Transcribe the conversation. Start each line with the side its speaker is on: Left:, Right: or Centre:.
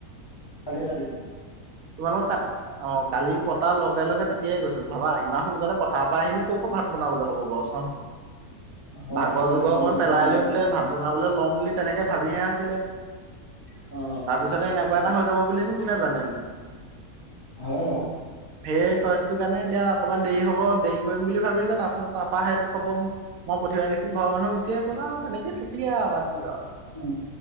Left: <unintelligible>
Right: তোমাৰ লগত তাত অ কালি পতা লগে লগে তেতিয়াই গৈছো। ভাবা ইমান সোনকালে পথাৰ পৰা আহিলো। ক'ৰ <unintelligible> বনাবলে হ'ব বাৰু চাও।
Left: <inaudible> হয়
Right: ভাগৰ
Left: হয়
Right: জগৰ অকমান
Left: যুগৰ
Right: পেলাই
Left: মাৰি
Right: লৈ
Left: মানে
Right: বোলে ভাত বনাবলৈ ল'ম বুলি তেনেকে ভাবিহে আছিলে।
Left: হয়
Right: তাৰ পিছতে এনেকুৱা
Left: হয়
Right: এটা হৈ যাব বুলিনো কোনে জানেনো।
Left: হয় আও
Right: ফেৰ গছটোৰ কাৰণে এতিয়া অকমান দেৰি হ'ব দেৰি কৰিম বুলি ভাবিলে। তাৰপিছত তাৰপা সেইটো খবৰ ম পঠিওৱা দেখি ঘৰ মানুহ গুচি গ'ল আ তেনেকে থাকিলে বাদ দিলো আও।
Left: উ